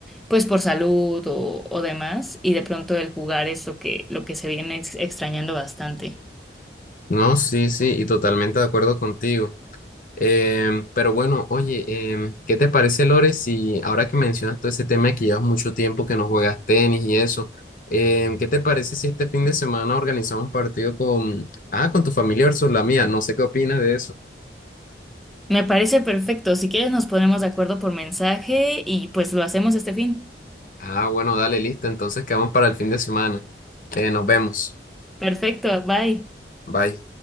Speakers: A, in the centre; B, on the left.
A: pues por salud o, o demás, y de pronto el jugar es lo que, lo que se viene ex- extrañando bastante.
B: No, sí, sí, y totalmente de acuerdo contigo. Em, pero bueno, oye, em, ¿qué te parece, Lore, si ahora que mencionas todo ese tema de que llevas mucho tiempo que no juegas tenis y eso, em, ¿qué te parece si este fin de semana organizamos un partido con, ah, con tu familia versus la mía? No sé qué opinas de eso.
A: Me parece perfecto. Si quieres nos ponemos de acuerdo por mensaje y pues lo hacemos este fin.
B: Ah, bueno, dale, listo. Entonces quedamos para el fin de semana. Eh, nos vemos.
A: Perfecto, bye.
B: Bye.